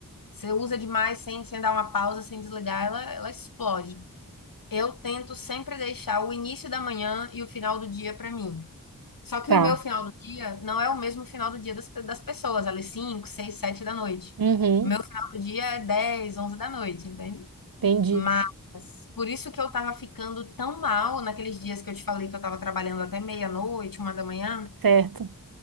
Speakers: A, on the left (about 75°); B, on the right (about 85°).
A: você usa demais sem, sem dar uma pausa, sem desligar, ela, ela explode. Eu tento sempre deixar o início da manhã e o final do dia para mim. Só que
B: Tá.
A: o meu final do dia não é o mesmo final do dia das, pe- das pessoas, ali 5, 6, 7 da noite.
B: Uhum.
A: O meu final do dia é 10, 11 da noite, entende?
B: Entendi.
A: Mas por isso que eu tava ficando tão mal naqueles dias que eu te falei que eu tava trabalhando até meia-noite, uma da manhã,
B: Certo.